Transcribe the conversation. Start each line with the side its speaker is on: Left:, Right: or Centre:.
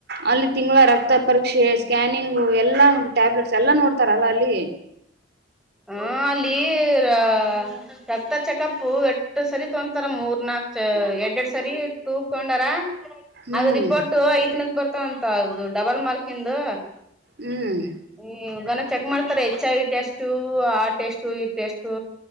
Right: ಅಲ್ಲಿ ತಿಂಗಳ ರಕ್ತ ಪರೀಕ್ಷೆ ಸ್ಕ್ಯಾನಿಂಗು ಎಲ್ಲಾ ಟ್ಯಾಬ್ಲೆಟ್ಸ್ ಎಲ್ಲಾ ನೋಡ್ತಾರಲ್ಲ ಅಲ್ಲಿ.
Centre: ಹು ಅಲ್ಲಿ <unintelligible> ರಕ್ತ ಚೆಕಪ್ ಎಟ್ಟ ಸರಿ <unintelligible> ಮೂರ್ ನಾಕ್ ಎರಡ್ ಎರಡ್ ಸರಿ ಟೂಗ್ ತಗೊಂಡಾರ.
Right: ಹ್ಮ್
Centre: ಅದ ರಿಪೋರ್ಟ್ ಐದ್ ದಿನಕ್ ಬರ್ತಾವಂತ ಅದು ಡಬಲ್ ಮಾರ್ಕ ಇಂದು.
Right: ಹ್ಮ್
Centre: ಹ್ಮ್ <unintelligible> ಚೆಕ್ ಮಾಡ್ತಾರೆ H I V test <unintelligible> test ಇ ಟೆಸ್ಟು